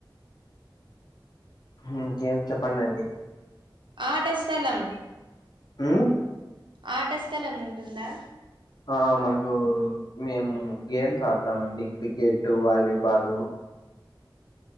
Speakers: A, on the left (about 55°); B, on the right (about 75°).
A: ఇంకేం చెప్పండిండి
B: ఆటస్థలం
A: హమ్
B: ఆట స్థలం ఉంటుందా
A: ఆ మాకు మేము గేమ్స్ ఆడతామండి క్రికెట్ వాలీబాలు